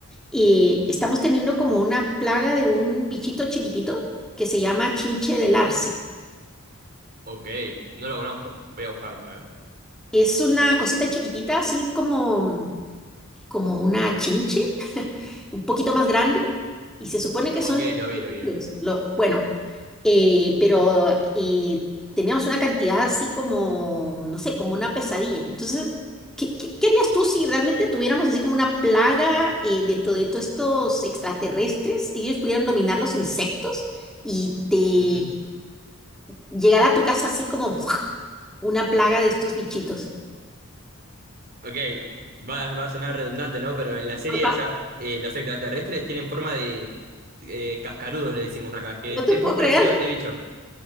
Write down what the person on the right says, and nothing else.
Ok, no lo conozco. Voy a buscarlo, a ver.
Ok,
lo vi, lo vi.
Lo vi.
Ujú.
Ok, va, va a sonar redundante, ¿no? Pero en la serie
esa, eh, los extraterrestres tienen forma de eh, cascarudos, le decimos acá, que
es,
es
muy parecido
a este bicho.